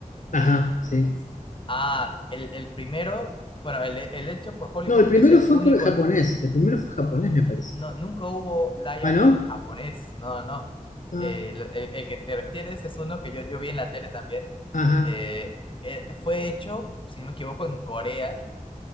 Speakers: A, on the left; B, on the left.
A: Ajá, sí.
B: Ah, el, el primero, bueno, el, el hecho por Hollywood
A: No, el primero
B: es el
A: fue
B: único,
A: por japonés. El primero fue japonés, me parece.
B: no, nunca hubo live
A: ¿Ah,
B: action
A: no?
B: japonés, no, no.
A: Ah,
B: El, el- el que te refieres es uno que yo, yo vi en la tele también
A: ajá.
B: eh, eh, fue hecho, si no me equivoco, en Corea,